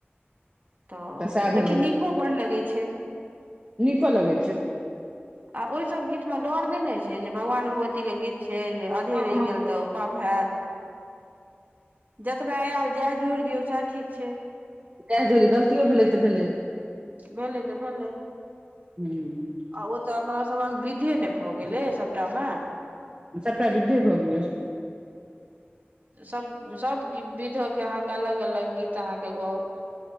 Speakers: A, on the right; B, on the right.
A: तऽ
B: सएह भेलनि
A: लेकिन नीको बड्ड लगै छै
B: नीको लगै छै
A: आ ओहिसभ गीतमे डर नहि ने छै जे भगवान भगवतीके गीत छै जे आधे
B: हँ
A: रहि
B: हँ
A: गेल तऽ पाप हैत जतबा आयल जएह जोड़ि दियौ सएह ठीक छै
B: जेह जोर दिऔ गलतियो भेलै तऽ भेलै
A: भेले तऽ भेले
B: हुँ
A: आ ओ तऽ अपनासभक विधे नहि भऽ गेलै सभटा मे
B: सबटा बिधे भ गेलै
A: सब सब विध के अहाँके अलग अलग गीत अहाँके गाउ